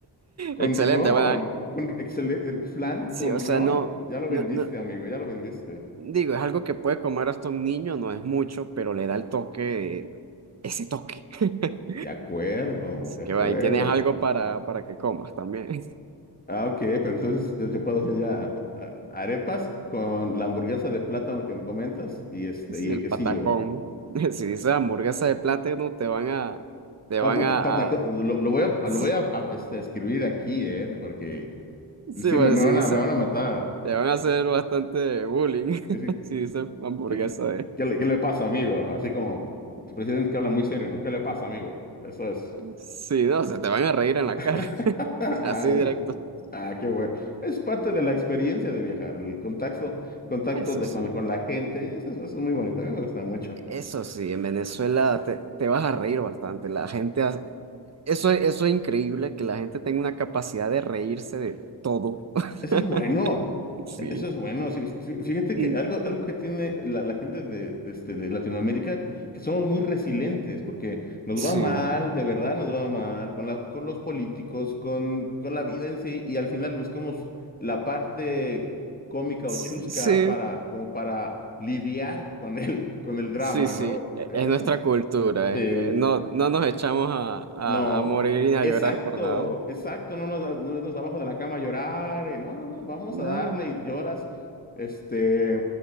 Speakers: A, on the left; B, on the right.
A: Con
B: excelente.
A: ron,
B: Bueno, eh,
A: con excelente, el flan
B: sí,
A: con
B: o sea,
A: ron.
B: no,
A: Ya lo
B: no,
A: vendiste,
B: no,
A: amigo, ya lo vendiste.
B: digo, es algo que puede comer hasta un niño, no es mucho, pero le da el toque, ese toque. <laughs>
A: De acuerdo,
B: Así
A: de
B: que
A: acuerdo.
B: bueno, ahí tienes algo para, para que comas también. <laughs>
A: Ah, ok, pero entonces yo, yo puedo hacer ya ah, arepas con la hamburguesa de plátano que me comentas y este
B: Sí,
A: y el
B: el
A: quesillo.
B: patacón. <laughs> Si dices hamburguesa de plátano, te van a, te van
A: Oh, pata-
B: a,
A: patacón,
B: a-
A: lo, lo voy
B: <laughs>
A: a, ah,
B: sí,
A: lo voy a, a, este, escribir aquí, eh, porque
B: sí,
A: sí,
B: bueno,
A: me, me
B: si
A: van
B: dices,
A: a, me van a matar.
B: te van a hacer bastante bullying.
A: Es
B: <laughs>
A: que-
B: Si
A: que-
B: dices hamburguesa
A: que- que-
B: de,
A: ¿Qué, le, qué le pasa, amigo? Así como tu presidente que habla muy serio, ¿no? ¿Qué le pasa, amigo? Eso es.
B: sí, no, se te van a reír en la
A: <laughs>
B: cara. <laughs>
A: Ah,
B: Así
A: es-
B: directo.
A: ah, qué bueno. Es parte de la experiencia de viajar, el contacto, contacto
B: Eso
A: de,
B: sí.
A: con, la- con la gente. Eso es, eso es muy bonito, a mí me gusta mucho.
B: Eso sí, en Venezuela te, te vas a reír bastante. La gente, hace- eso, eso es increíble, que la gente tenga una capacidad de reírse de todo. <laughs>
A: Eso es bueno.
B: Sí.
A: e- Eso es bueno. sí, fí- Fíjate
B: Mm.
A: que algo, algo que tiene la, la gente de, este, de Latinoamérica, que somos muy resilientes, porque nos
B: Sí,
A: va mal, de verdad nos va mal, con la, con los políticos, con, con la vida en sí, y al final buscamos la parte cómica
B: sí,
A: o chusca para, como para lidiar con el, con el drama,
B: sí, sí,
A: ¿no?
B: e-
A: E-
B: es nuestra
A: Eso es,
B: cultura.
A: eh,
B: es que no, no nos echamos a, a,
A: no,
B: a morir ni a
A: exacto,
B: llorar por nada.
A: exacto, no nos, da- no nos abajo de la cama a llorar, y no, no, no, vamos
B: No.
A: a darle y lloras, este,